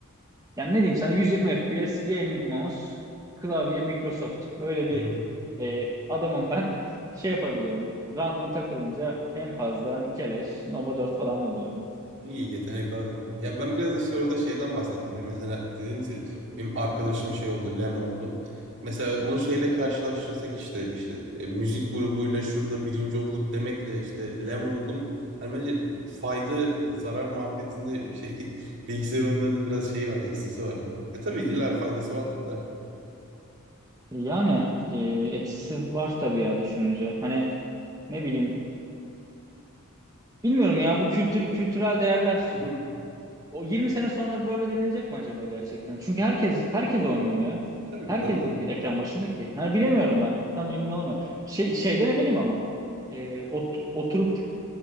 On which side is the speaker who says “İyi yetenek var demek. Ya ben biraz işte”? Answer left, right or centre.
Right